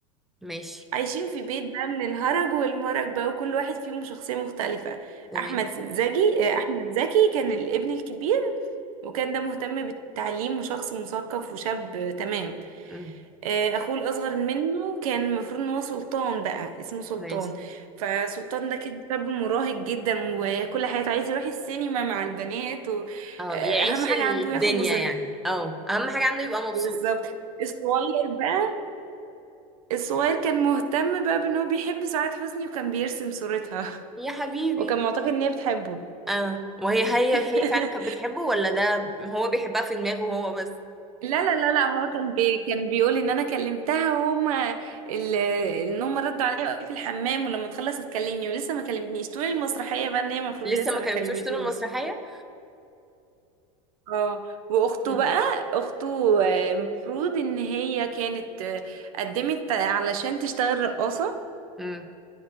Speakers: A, in the centre; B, on the right (about 85°).
A: ماشي
B: عايشين في بيت بقى من الهرج والمرج بقى وكل واحد فيهم شخصية مختلفة
A: تمام
B: أحمد زكي آه، أحمد زكي كان الابن الكبير وكان ده مهتم بالتعليم وشخص مثقف وشاب آه، تمام
A: امم
B: آه، أخوه الأصغر منه كان المفروض إن هو سلطان بقى اسمه سلطان
A: ماشي
B: فسلطان ده كان شاب مراهق جدا وكل حياته عايز يروح السينما مع البنات وأهم
A: اه يعيش
B: حاجة عنده
A: الدنيا
B: ياخد مصاريف
A: يعني اه اهم حاجة عنده يبقى مبسوط
B: بالظبط الصغير بقى الصغير كان مهتم بقى بان هو بيحب سعاد حسني وكان بيرسم صورتها
A: يا
B: <laughs>
A: حبيبي
B: وكان معتقد ان هي بتحبه
A: اه وهي هي
B: <laughs>
A: هي فعلا كانت بتحبه ولا ده هو بيحبها في دماغه هو بس
B: لا لا لا لا هو كان بي كان بيقول ان انا كلمتها وهما ال- ان هما ردوا عليا وقالوا في الحمام ولما تخلص هتكلمني ولسه ما كلمتنيش طول المسرحيه بقى ان هي المفروض
A: لسه
B: لسه
A: ما
B: ما
A: كلمتوش
B: كلمتوش
A: طول المسرحية
B: اه واخته
A: امم
B: بقى اخته آه، المفروض ان هي كانت آه، قدمت علشان تشتغل رقاصه
A: امم